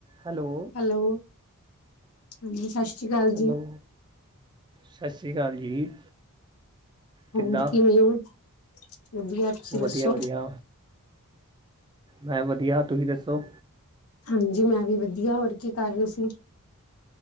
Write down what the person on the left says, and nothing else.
Hello. ਹਾਂਜੀ, ਸਤਿ ਸ਼੍ਰੀ ਅਕਾਲ। ਜੀ।
ਹੋਰ ਕਿਵੇਂ ਓ ਵਧੀਆ ਤੁਸੀਂ ਦੱਸੋ?
ਹਾਂਜੀ ਮੈਂ ਵੀ ਵਧੀਆ ਹੋਰ ਕੀ ਕਰ ਰਹੇ ਸੀ।